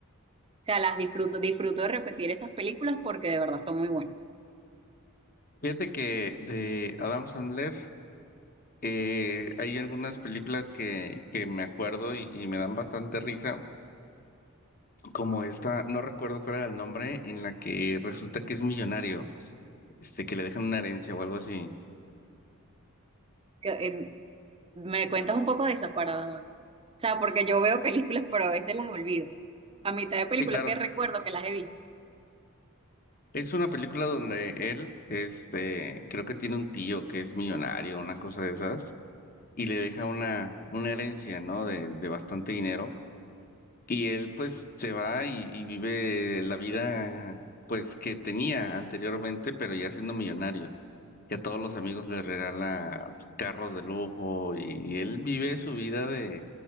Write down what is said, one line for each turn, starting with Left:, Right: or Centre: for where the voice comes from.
Right: O sea, las disfruto, disfruto de repetir esas películas porque de verdad son muy buenas.
Left: Fíjate que de Adam Sandler eh, hay algunas películas que, que me acuerdo y y me dan bastante risa como esta, no recuerdo cuál era el nombre, en la que resulta que es millonario, este, que le dejan una herencia o algo así.
Right: Que, eh, me cuentas un poco de esa para... O sea, porque yo veo películas, pero a veces las olvido. A mitad de películas
Left: Sí, claro.
Right: que recuerdo que las he visto.
Left: Es una película donde él, este, creo que tiene un tío que es millonario, una cosa de esas, y le deja una, una herencia, ¿no? De, de bastante dinero. Y él, pues, se va y, y vive la vida, pues, que tenía anteriormente, pero ya siendo millonario. que a todos los amigos les regala carros de lujo y, y él vive su vida de,